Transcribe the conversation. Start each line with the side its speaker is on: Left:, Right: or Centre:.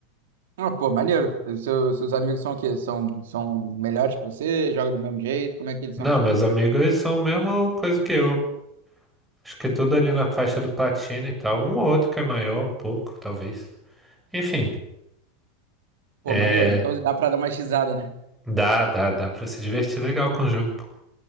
Right: Ah, pô, maneiro. Os seus, seus amigos são o quê? São, são melhores que você? Jogam do mesmo jeito? Como é que eles
Centre: Não,
Right: são?
Centre: meus amigos eles são a mesma coisa que eu. Acho que tudo ali na faixa do platina e tal. Um ou outro que é maior, um pouco, talvez. Enfim,
Right: Pô,
Centre: é.
Right: maneiro. Então dá pra dar uma xizada, né?
Centre: Dá, dá, dá pra se divertir legal com o jogo, pô.